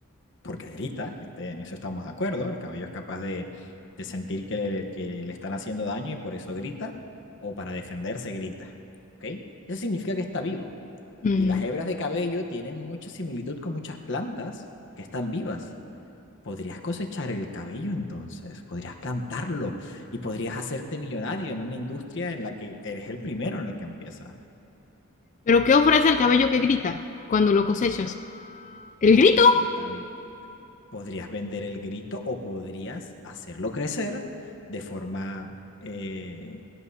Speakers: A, on the left; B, on the left.
A: porque grita, este, en eso estamos de acuerdo, el cabello es capaz de, de sentir que que le están haciendo daño y por eso grita, o para defenderse grita, ¿ok? Eso significa que está vivo.
B: Mm.
A: Y las hebras de cabello tienen mucha similitud con muchas plantas que están vivas. podrías cosechar el cabello entonces, podrías plantarlo y podrías hacerte millonario en una industria en la que eres el primero en el que empieza.
B: ¿Pero qué ofrece el cabello que grita cuando lo cosechas? El grito.
A: Pues sí, el cabello. Podrías vender el grito o podrías hacerlo crecer de forma eh,